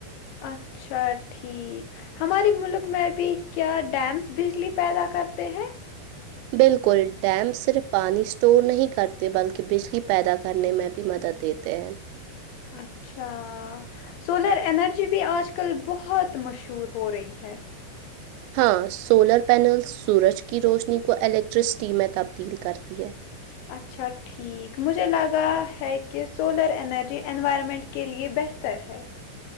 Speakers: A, on the left; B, on the right.
A: اچھا ٹھیک ہمارے ملک میں بھی کیا ڈیمس بجلی پیدا کرتے ہیں
B: بالکل ڈیم صرف پانی اسٹور نہیں کرتے بلکہ بجلی پیدا کرنے میں بھی مدد دیتے ہیں
A: اچھا سولر انرجی بھی آج کل بہت مشہور ہو رہی ہے
B: ہاں سولر پینلس سورج کی روشنی کو الیکٹرسٹی میں تبدیل کرتی ہے
A: اچھا ٹھیک مجھے لگا ہے کہ سولر انرجی انوائرمنٹ کے لیے بہتر ہے